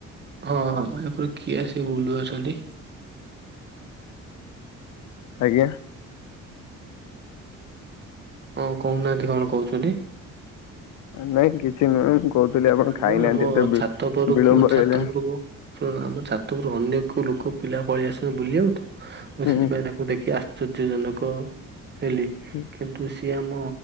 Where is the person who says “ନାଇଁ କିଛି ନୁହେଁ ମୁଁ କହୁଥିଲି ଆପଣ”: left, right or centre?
Left